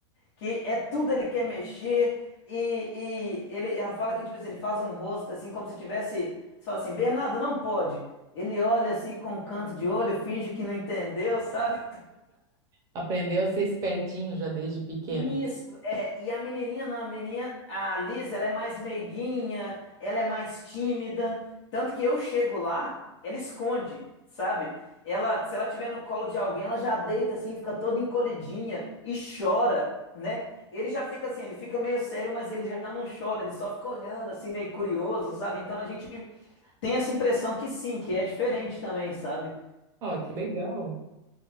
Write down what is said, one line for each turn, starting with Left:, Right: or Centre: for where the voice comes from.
Left: que é tudo ele quer mexer e, e ele, ela fala que tipo assim, ele faz um rosto assim como se tivesse, você fala assim, Bernardo, não pode. Ele olha assim com um canto de olho, finge que não entendeu, <laughs> sabe?
Right: Aprendeu a ser espertinho já desde pequeno.
Left: Isso, é, e a menininha, não, a menininha, a Liz, ela é mais meiguinha, ela é mais tímida, tanto que eu chego lá, ela esconde, sabe? Ela, se ela tiver no colo de alguém, ela já deita assim, fica toda encolhidinha e chora, né? Ele já fica assim, ele fica meio sério, mas ele já não chora, ele só fica olhando assim, meio curioso, sabe? Então a gente tem essa impressão que sim, que é diferente também, sabe?
Right: Ó, que legal.